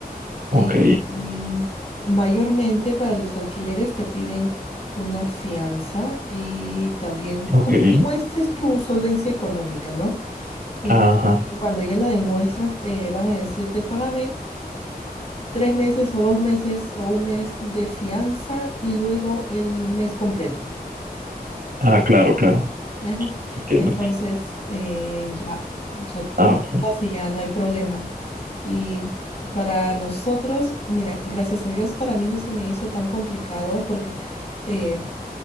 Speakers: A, on the right (about 65°); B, on the left (about 40°).
A: ok,
B: Eh, em, mayormente para los alquileres te piden una fianza y también
A: ok.
B: como que muestres tu solvencia económica, ¿no? Y
A: Ajá.
B: cuando ya la demuestras, eh, van a decirte, págame tres meses o dos meses o un mes de fianza y luego el mes completo.
A: Ah, claro, claro.
B: Ajá.
A: Entiendo.
B: Entonces, eh, ya, o sea, tú
A: Ah, ok.
B: pagas y ya no hay problema. Y para nosotros, mira, gracias a Dios, para mí no se me hizo tan complicado porque eh,